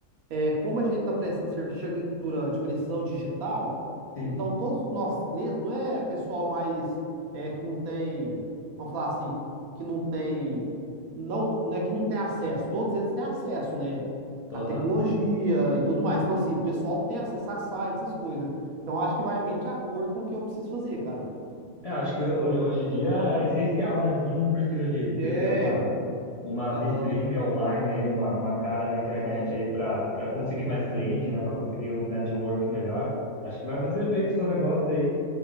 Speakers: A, on the right; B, on the left.
A: É, como a gente está prestando serviço de agricultura de precisão digital,
B: sim.
A: então todos os nossos clientes, não é pessoal mais é, que não tem, vamos falar assim, que não tem, não, não é que não tem acesso, todos eles têm acesso, né?
B: Aham.
A: à tecnologia e tudo mais. Então, assim, o pessoal tem acesso a sites, essas coisas. Então, acho que vai bem de acordo com o que eu preciso fazer, cara.
B: É, acho que ho- hoje, hoje em dia é essencial, né? Todo mundo precisa de ter,
A: É,
B: ter uma, uma
A: aham,
B: vitrine online aí, uma, uma cara na internet
A: aham.
B: aí para para conseguir mais cliente, né? Para conseguir um network melhor. Acho que vai fazer bem pro seu negócio aí.